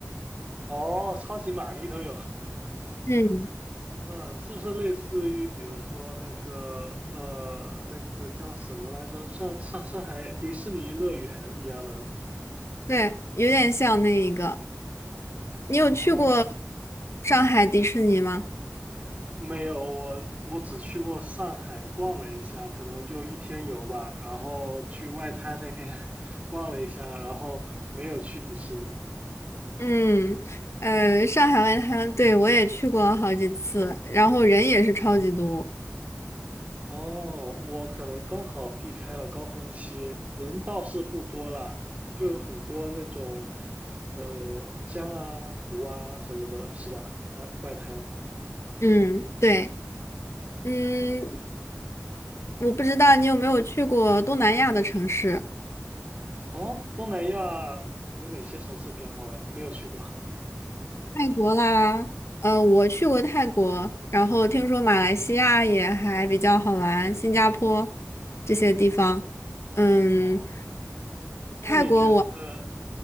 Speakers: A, on the right; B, on the left.
A: <laughs> 哦，超级玛丽都有。
B: 嗯，
A: 嗯，是不是类似于比如说那个呃那个叫什么来着？上上上海迪士尼乐园一样的？
B: 对，有点像那一个。你有去过
A: 哦，
B: 上海迪士尼吗？
A: 没有，我我只去过上海逛了一下，可能就一天游吧，然后去外滩那边 <laughs> 逛了一下，然后没有去迪士尼。
B: 嗯，呃，上海外滩，对，我也去过好几次，然后人也是超级多。
A: 哦，我可能刚好避开了高峰期，人倒是不多啦，就有很多那种，呃，江啊、湖啊什么的，是吧？外外滩。
B: 嗯，对，嗯，
A: 哦
B: 我不知道你有没有去过东南亚的城市，
A: 哦，东南亚有哪些城市比较好玩的？没有去过。<laughs>
B: 泰国啦，呃，我去过泰国，然后听说马来西亚也还比较好玩，新加坡这些地方，嗯，
A: 哦，
B: 泰国我，
A: 那你觉得